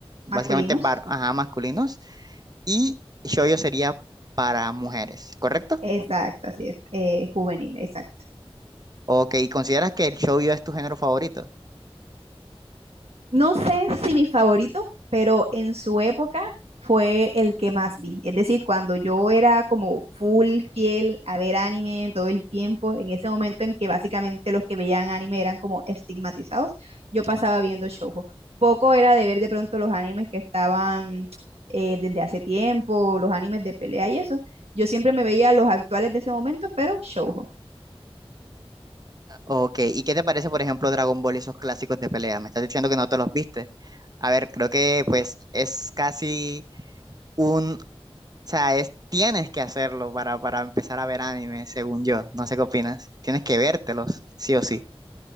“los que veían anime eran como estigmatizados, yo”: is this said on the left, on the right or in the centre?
Right